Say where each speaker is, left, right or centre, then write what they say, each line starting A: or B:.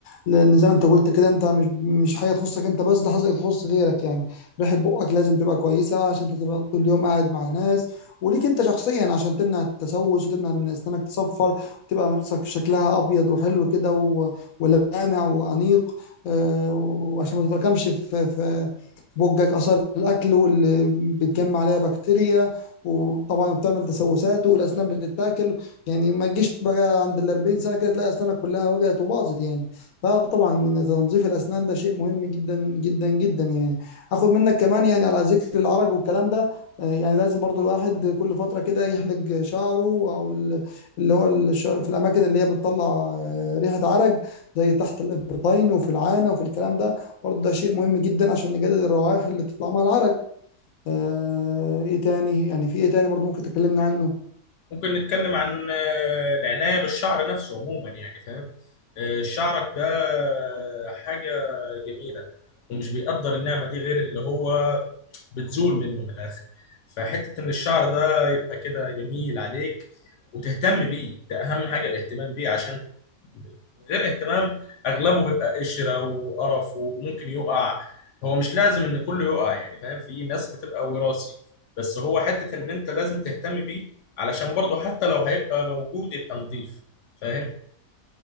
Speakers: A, on the left (about 60°); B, on the left (about 75°).
A: لان زي ما انت قلت كده انت مش مش حاجه تخصك انت بس ده حاجه تخص غيرك يعني ريحه بقك لازم تبقى كويسه عشان انت تبقى طول اليوم قاعد مع ناس وليك انت شخصيا عشان تمنع التسوس وتمنع ان اسنانك تصفر وتبقى شك- شكلها ابيض وحلو كده و- ولامع وانيق آه، وعشان ما تتراكمش في في في بقك اثار الاكل واللي بتجمع عليها بكتيريا وطبعا بتعمل تسوسات والاسنان بتتاكل يعني ما تجيش بقى عند ال 40 سنه كده تلاقي اسنانك كلها وجعت وباظت يعني فطبعا من تنظيف الاسنان ده شيء مهم جدا جدا جدا يعني اخد منك كمان يعني على ذكر العرج والكلام ده آه، يعني لازم برضو الواحد كل فتره كده يحلق شعره او ال- اللي هو الشعر في الاماكن اللي هي بتطلع آه، ريحه عرج زي تحت الابطين وفي العانه وفي الكلام ده برضو ده شيء مهم جدا عشان نقلل الروائح اللي تطلع مع العرج آه، ايه تاني يعني في ايه تاني برضو ممكن تكلمنا عنه
B: ممكن نتكلم عن آه، العناية بالشعر نفسه عموما يعني فاهم آه، شعرك ده حاجة جميلة ومش بيقدر النعمة دي غير اللي هو بتزول منه من الاخر فحته ان الشعر ده يبقى كده جميل عليك وتهتم بيه ده اهم حاجه الاهتمام بيه عشان غير اهتمام اغلبه بيبقى قشره وقرف وممكن يقع هو مش لازم ان كله يقع يعني فاهم في ناس بتبقى وراثي بس هو حته ان انت لازم تهتم بيه علشان برضه حتى لو هيبقى موجود يبقى نظيف فاهم